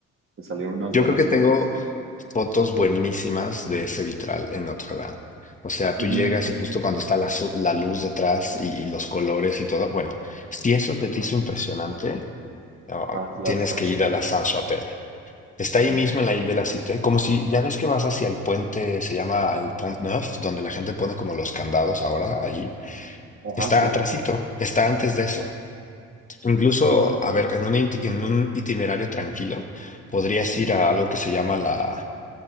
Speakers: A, on the right; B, on the left.
A: te salieron unas
B: Yo
A: buenas
B: creo que
A: fotos.
B: tengo. fotos buenísimas de ese vitral en Notre Dame. O sea,
A: Ujú.
B: tú llegas y justo cuando está la, so- la luz detrás y, y los colores y todo, bueno, si eso te
A: Ajá,
B: hizo impresionante, ah,
A: ajá, la
B: tienes
A: Sainte-Chapelle.
B: que ir a la Saint-Chapelle. Está
A: Ajá,
B: ahí mismo en la isla de la Cité, como si ya ves que vas hacia el puente, se llama el Pont Neuf, donde la gente pone como los candados ahora ahí.
A: ajá,
B: Está
A: sí,
B: atrasito, está antes de eso. Incluso,
A: sí, ya.
B: a ver, en un, it-
A: Ujú,
B: en un itinerario tranquilo, podrías
A: ujú,
B: ir a algo que se llama la,